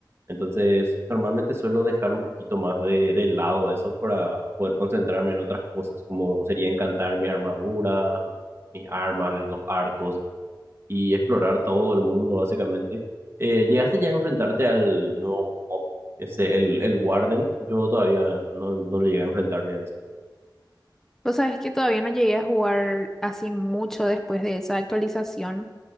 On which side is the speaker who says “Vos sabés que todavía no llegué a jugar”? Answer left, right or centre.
Centre